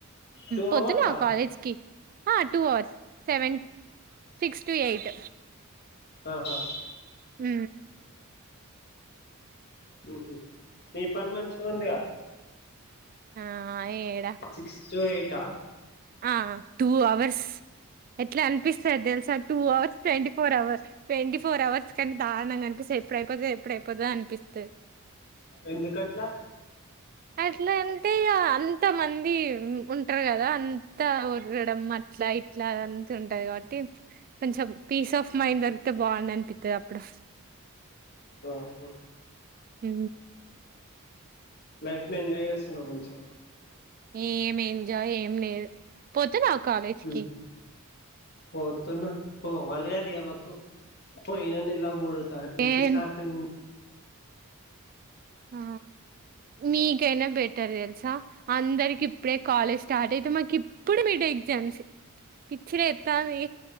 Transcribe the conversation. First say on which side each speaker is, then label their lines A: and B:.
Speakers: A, on the left; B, on the right.
A: టూ
B: పొతున్నావా
A: అవర్సా
B: కాలేజ్ కి ఆ two hours seven six to eight
A: ఆహా
B: హ
A: హ్మ్ హం మీ పని మంచిగా ఉందిగా
B: ఆ ఏడ
A: సిక్స్ టు ఎయిట్ ఆ
B: ఆ టూ అవర్స్ ఎట్లా అనిపిస్తారు తెలుసా two hours twenty four hours twenty four hours కంటే దారుణంగా అనిపిస్తది ఎప్పుడ అయిపోతది ఎప్పుడు అయిపోదో అనిపిస్తది
A: ఎందుకట్లా
B: అట్లా అంటే ఇగా అంత మంది ఉంటారు కదా అ అంతా ఓర్రడం అట్లా ఇట్లా అంత ఉంటది కాబట్టి కొంచెం పీస్ ఆఫ్ మైండ్ దొరికితే బాగుంది అనిపిస్తది అప్పుడు
A: ఓహో
B: హ
A: లైఫ్ని ఎంజాయ్ చేస్తున్నావు మంచిగా
B: ఏం ఎంజాయ్ ఏం లేదు పోతున్నావా కాలేజ్కి
A: ఉహు పోతున్నా పోవాలి కదా ఇక మాకు పోయిన నెలా మూడు తరక్ నుంచి
B: ఏన్
A: స్టార్ట్ అయింది
B: ఆ మీకైనా బెటర్ తెల్సా అందరికి ఇప్పుడే కాలేజ్ స్టార్ట్ అయితే మాకు ఇప్పుడు మీడ్ ఎగ్జామ్స్ పిచ్చలేత్తాంది